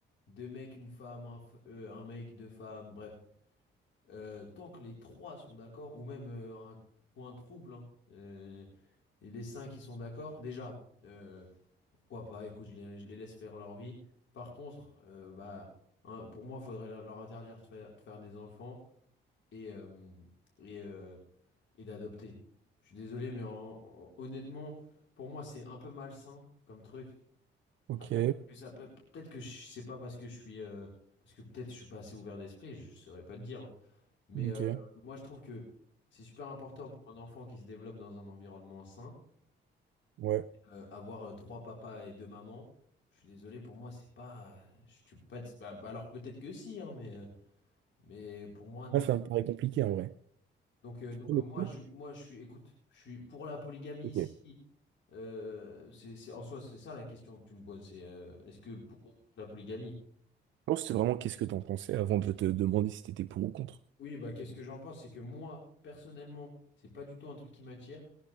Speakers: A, on the left (about 65°); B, on the right (about 70°).
A: deux mecs, une femme, un, f- euh, un mec, deux femmes, bref. Euh, tant que les trois sont d'accord, ou même euh, un coin trouble, hein, euh, et les cinq qui sont d'accord, déjà, euh, pourquoi pas, écoute, je les, je les laisse faire leur vie. Par contre, euh, bah, hein, pour moi, il faudrait leur leur interdire de faire, de faire des enfants et, euh, et, euh, et d'adopter. Je suis désolé, mais en- en- honnêtement, pour moi, c'est un peu malsain comme truc.
B: Ok,
A: Après, peut-être que ça peut- peut-être que je- c'est pas parce que je suis, euh, parce que peut-être je suis pas assez ouvert d'esprit, je saurais pas te dire. hein. Mais
B: ok.
A: euh, moi, je trouve que c'est super important pour un enfant qui se développe dans un environnement sain.
B: Ouais.
A: Euh, avoir euh, trois papas et deux mamans, je suis désolé, pour moi, c'est pas, je, tu peux pas être- bah, bah, alors peut-être que si, hein, mais, euh, mais pour moi, non.
B: Là, ça me paraît compliqué en vrai.
A: Donc, euh, donc
B: Mais
A: euh, moi,
B: fou.
A: je, moi, je suis, écoute, je suis pour la polygamie
B: Ok.
A: si.
B: Ouais.
A: euh, c'est, c'est- en soi, c'est ça la question que tu me poses, c'est euh, est-ce que pour la polygamie?
B: Non, c'était vraiment qu'est-ce que t'en pensais avant de te demander si t'étais pour ou contre.
A: Oui, bah qu'est-ce que j'en pense? C'est que moi, personnellement, c'est pas du tout un truc qui m'attire.